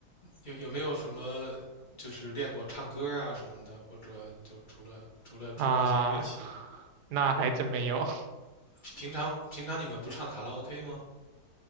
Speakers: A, on the left; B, on the right.
A: 有有没有什么就是练过唱歌啊什么的，或者就除了除了除了那些乐器，
B: 啊，那还真没有
A: 平常平常你们不唱卡拉 OK 吗？